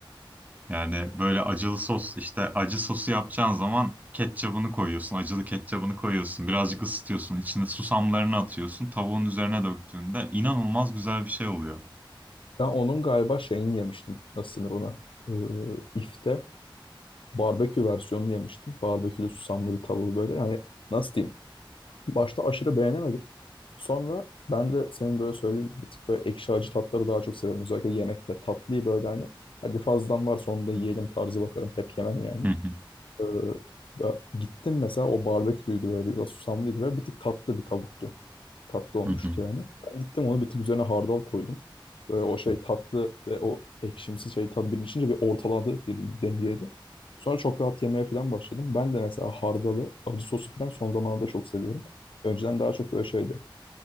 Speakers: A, on the right; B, on the left.
A: Yani böyle acılı sos işte acı sosu yapacağın zaman ketçabını koyuyorsun. Acılı ketçabını koyuyorsun. Birazcık ısıtıyorsun. içine susamlarını atıyorsun. Tavuğun üzerine döktüğünde inanılmaz güzel bir şey oluyor.
B: Ben onun galiba şeyini yemiştim. Nasıl denir ona? Ee, ifte barbekü versiyonunu yemiştim. Barbekülü susamlı bir tavuğu böyle. Yani nasıl diyeyim? Başta aşırı beğenemedim. Sonra ben de senin böyle söylediğin gibi bir tık böyle ekşi acı tatları daha çok severim. Özellikle yemekte tatlıyı böyle hani hadi fazladan varsa onu da yiyelim tarzı bakarım. Hep yemem yani.
A: Hı hı,
B: Ee, ve gittim mesela o barbeküydü böyle biraz susamlıydı ve bir tık tatlı bir tavuktu. Tatlı olmuştu
A: hı hı.
B: yani. Ben gittim onu bir tık üzerine hardal koydum. Böyle o şey
A: Çok
B: tatlı ve o ekşimsi şey tadı birleşince bir ortaladı birbirini dengeledi. Sonra çok rahat yemeye falan başladım. Ben de mesela hardalı, acı sosu falan son zamanlarda çok seviyorum. Önceden daha çok böyle şeydi.